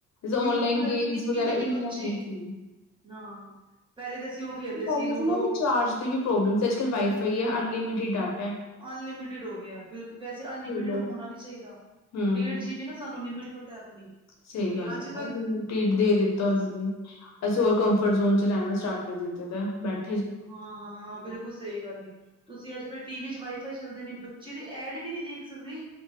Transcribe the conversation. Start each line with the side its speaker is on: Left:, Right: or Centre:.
Left: ਔਨਲਾਈਨ
Right: ਬਿਲਕੁਲ
Left: ਗੇਮਸ
Right: ਅਜੇ ਨਿੱਕੇ
Left: ਵਗੈਰਾ
Right: ਨਿੱਕੇ
Left: ਇੰਨੀਆਂ
Right: ਬੱਚੇ
Left: ਨਹੀਂ ਸੀ।
Right: ਹਾਂ ਪਹਿਲੇ ਤਾਂ ਅਸੀਂ ਉਹ ਖੇਲਦੇ
Left: ਪਹਿਲੇ
Right: ਸੀ ਲੂਡੋ
Left: ਨਾ ਰਿਚਾਰਜ ਦੇ ਵੀ ਪ੍ਰੋਬਲਮ ਅੱਜ ਕੱਲ੍ਹ ਵਾਈਫਾਈ
Right: ਹਾਂ
Left: ਹੈ ਅਨਲਿਮਿਟਿਡ ਡਾਟਾ ਹੈ
Right: ਅਨਲਿਮਿਟਿਡ ਹੋ ਗਿਆ ਬਿਲਕੁਲ ਵੈਸੇ ਅਨਲਿਮਿਟਿਡ
Left: ਖੇਲੋ
Right: ਹੋਣਾ ਨ ਚਾਹੀਦਾ
Left: ਹੂੰ।
Right: ਡੇਢ ਜੀ ਵੀ ਨਾ ਸਾਨੂੰ ਲਿਮਿਟ ਪਤਾ ਹੈ ਆਪਣੀ
Left: ਸਹੀ
Right: ਤੇ
Left: ਗੱਲ
Right: ਅੱਜ
Left: ਹੈ।
Right: ਕੱਲ
Left: ਅਨਲਿਮਿਡ ਦੇ ਦਿੱਤਾ
Right: ਬਸ
Left: ਉਹਨਾਂ ਨੇ। ਅਸੀਂ ਹੋਰ ਕੰਫਰਟ ਜ਼ੋਨ 'ਚ ਰਹਿਣਾ ਸਟਾਰਟ ਕਰ ਦਿੱਤਾ ਦਾ ਬੈਕ
Right: ਹਾਂ -ਹਾਂ ਬਿਲਕੁਲ ਸਹੀ ਗੱਲ ਇ। ਤੁਸੀਂ ਅੱਜ ਕੱਲ ਟੀਵੀ ਚ ਵਾਈਫਾਈ ਚੱਲਦੇ ਨੇ ਬੱਚੇ ਦੇ ਐਡ ਵੀ ਨਹੀਂ ਦੇਖ ਸਕਦੇ